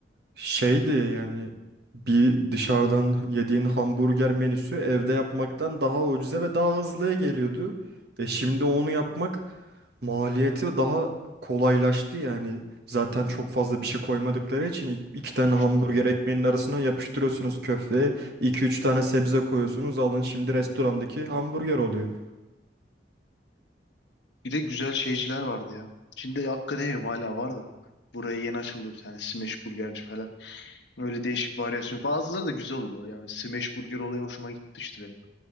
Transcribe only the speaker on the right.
şeydi yani bir dışarıdan yediğin hamburger menüsü evde yapmaktan daha ucuza ve daha hızlıya geliyordu. E şimdi onu yapmak maliyeti daha kolaylaştı yani. Zaten çok fazla bir şey koymadıkları için i- iki tane
hamburger ekmeğinin arasına yapıştırıyorsunuz köfteye. iki üç tane sebze koyuyorsunuz. Alın şimdi restorandaki hamburger oluyor.